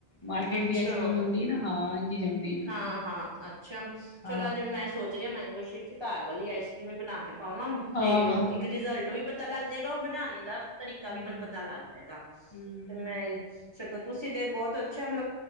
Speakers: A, on the left; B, on the right.
A: ਮਾਰਕੀਟ
B: ਅੱਛਾ
A: ਦੀ ਆਈਸਕ੍ਰੀਮ ਆਉਂਦੀ ਨਾ, ਹਾਂ। ਹਾ ਜੰਮਦੀ ਬਿਲਕੁਲ
B: ਹਾਂ-ਹਾਂ ਅੱਛਾ,
A: ਹਾਂ
B: ਚਲੋ, ਅੱਜ ਮੈਂ ਸੋਚ ਰਿਹੀ ਮੈਂਗੋ ਸ਼ੀਕ ਕਰ ਵੀ ਆਈਸਕੀਮ ਬਣ ਕੇ ਪਾਵਾਂ
A: ਹਾਂ
B: ਤੇ
A: ਹਾਂ
B: ਇੱਕ ਰਿਜਲਟ ਵੀ ਪਤਾ ਲੱਗ ਜਾਏਗਾ ਉਹ ਬਣਾਣੇ ਦਾ ਤਰੀਕਾ
A: ਹਮ
B: ਵੀ ਮੈਨੂੰ ਪਤਾ ਲੱਗ ਜਾਏਗਾ।
A: ਹਮ
B: ਤੇ ਮੈਂ ਸੋ ਤੁਸੀਂ ਤੇ ਬਹੁਤ ਸ਼ਮਲਾ